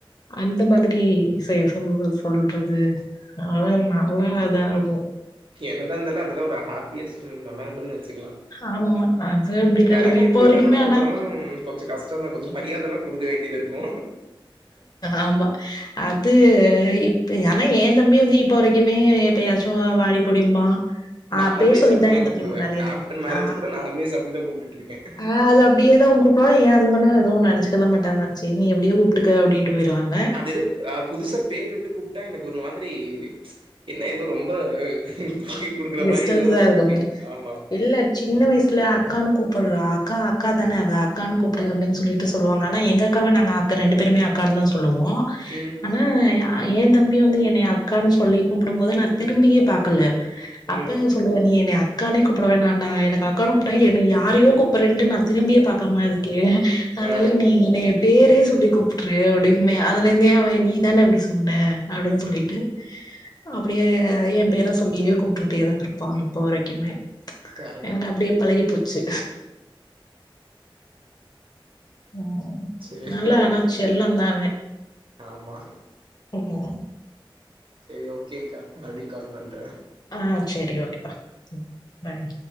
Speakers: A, on the left (about 45°); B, on the right (about 65°).
A: அந்த மாதிரி செய்ய சொல்லு சொல்றது அதல்லா நல்லா இதா இருக்கு
B: என்னதா இருந்தாலு அதெல்லா ஒரு ஹப்பியஸட் அன் மெமரபல்னு வெச் துக்குலா
A: ஆமா அது அப்டிதா
B: கல்யாண
A: இருக்கு
B: ஆயி
A: இப்போ
B: போயிட்டாங்கன்னா
A: வரைக்குமே
B: அப்புறோ
A: ஆனா
B: கொஞ்ச கஷ் டோதா கொஞ்ச மரியாத எல்லா கொடுக்க வேண்டியது இருக்கு
A: ஆமா அது இப்ப ஆனா எ தம்பி வந்து இப்ப வரைக்குமே எப்பயாச்சு வாடி போடிம்பா
B: நா
A: ஆ
B: ஆல்வேஸ்
A: பேர் சொல்லிதா
B: அப்டிதா
A: எ
B: கூப்புடுவே
A: தம்பி முன்னால இருந்து
B: ஆஃப்டர்
A: கூப்புறா
B: மேரேஜ்
A: ஆ
B: கூட நா ஆல்வேஸ் அப்டிதா கூப்ட்டுட்டு இருக்கே
A: ஆ அது அப்டியேதா கூப் இப்ப எ ஹஸ்பண்டு ஏதோ ஒன்னு நெனச்சுக்கலா மாட்டாங்க செரி நீ எப்டியோ கூப்ட்டுக்கோ அப்டின்ட்டு போய்றுவாங்க
B: அது எதோ ஆ புதுசா பேர்விட்டு கூப்ட்டா எனக்கு ஒரு மாதிரி என்ன ஏதோ ரொம்ப <unintelligible> குடுக்குற
A: டிஸ்டன்ஸா
B: மாரி ஏதோ ஒரு
A: இருக்க
B: ஃபீலு
A: மாரி
B: ஆமா
A: இல்ல சின்ன வயசுல அக்கான்னு கூப்புட்றா அக்கா அக்கா தானே அவ அக்கான்னு கூப்பிடு அப்டின்னு சொல்லிட் ட்டு சொல்லுவாங்க ஆனா எங்க அக்காவ நாங்க அக்கா ரெண்டு பேருமே அக்கானு தா சொல்லுவோ
B: ம்
A: ஆனா ஏ தம்பி வந்து என்னைய அக்கான்னு சொல்லி கூப்புடும் போது நா திரும்பியே பாக்கல அப்பவே
B: ம்
A: சொல்லுவே நீ என்னைய அக்கானே கூப்புடவேணான்டா எனக்கு அக்கான்னு கூப்டா என்ன யாரையோ கூப்புட்றேன்டு நா திரும்பியே பாக்காம இருக்கே அனால
B: ஆ
A: நீ என்னைய பேரே சொல்லி கூப்ட்ரு அப்டின்பே அதுல இருந்தே அவ நீதானே அப்டி சொன்னே அப்டின்னு சொல்லிட்டு அப்டியே எ பேர சொல்லியே கூப் டுட்டே தா இருப்பா இப்போ வரைக்குமே
B: கரெக்ட்
A: எனக்கு வந்து அப்டியே பழகி போ ச்சு ஓ
B: சேரி
A: நல்ல
B: ஓகே
A: ஆனா செல்லந்தா
B: ஆமா
A: அவ ஓ
B: சரி ஓகேக்கா மறுபடியு கால் பண்றே
A: ஆ சரி ஓகேப்பா ம் பாய்